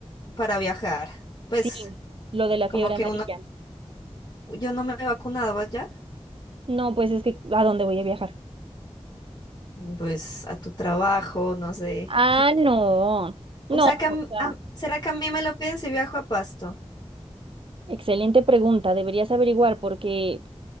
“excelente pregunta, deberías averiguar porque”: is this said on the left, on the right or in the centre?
Right